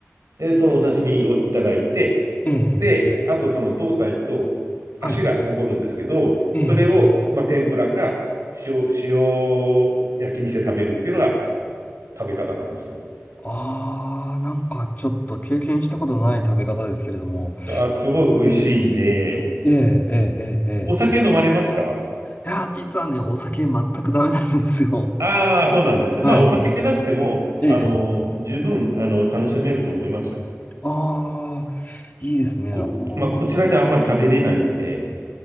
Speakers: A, on the right; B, on the left.
A: で、そのお刺身をいただいて、
B: ええ、
A: で、あとその胴体と足が残るんですけど、
B: はい。ええ、
A: それを、まあ、天ぷらか塩、塩焼きにして食べるっていうのが食べ方なんですよ。
B: ああ、なんかちょっと経験したことのない食べ方ですけれども。
A: あ、すごい美味しいんで、
B: うんええ、ええ、ええ、
A: お酒飲まれますか
B: ええ。いや、実はね、お酒全くダメなんですよ。
A: ああー、そうなんですね。
B: はい。
A: まあ、お酒なくても、
B: ええ
A: あの、十分、あの、楽しめると思いますよ。
B: ああ、いいですね。
A: こ、
B: あの、
A: まあ、こちらじゃあんまり食べれないんで、